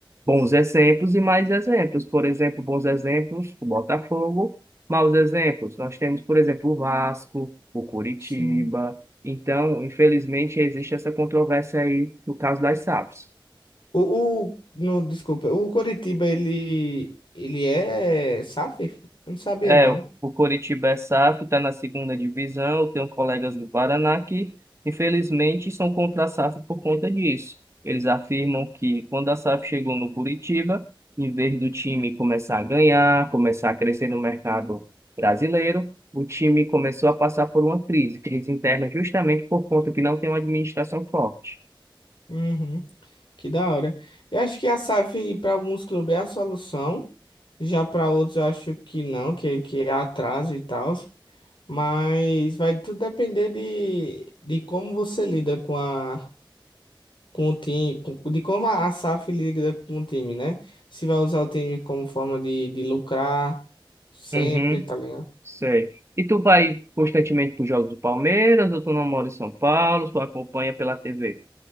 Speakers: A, on the right; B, on the left.
A: bons exemplos e mais exemplos. Por exemplo, bons exemplos, o Botafogo. Maus exemplos, nós temos, por exemplo, o Vasco, o Curitiba.
B: sim.
A: Então, infelizmente, existe essa controvérsia aí no caso das SAFs.
B: O, o, no, desculpa, o Coritiba, ele, ele é SAF? Eu não sabia,
A: É,
B: não.
A: o Coritiba é SAF, está na segunda divisão. Eu tenho colegas do Paraná que, infelizmente, são contra a SAF por conta disso. Eles afirmam que quando a SAF chegou no Curitiba, em vez do time começar a ganhar, começar a crescer no mercado brasileiro, o time começou a passar por uma crise, crise interna, justamente por conta que não tem uma administração forte.
B: Uhum, que da hora. Eu acho que a SAF para alguns clubes é a solução, já para outros eu acho que não, que, que é atraso e tal. Mas vai tudo depender de, de como você lida com a com o time, com- de como a a SAF lida com o time, né? Se vai usar o time como forma de, de lucrar sempre,
A: Uhum,
B: tá ligado?
A: sei. E tu vai constantemente para os jogos do Palmeiras, ou tu não mora em São Paulo, só acompanha pela TV?